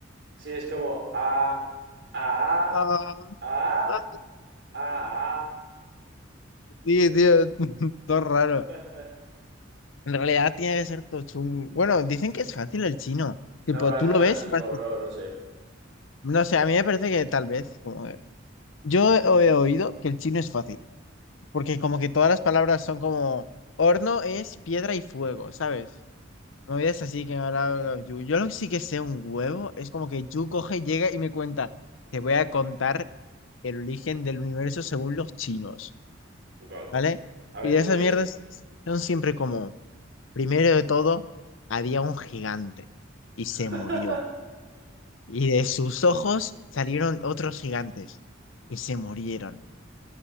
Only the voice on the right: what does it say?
Sí, es como a, a,
a,
a, a.
<laughs>
No
me parece
tan
chungo,
bro, no sé.
God.
A ver
cómo
es.
<laughs>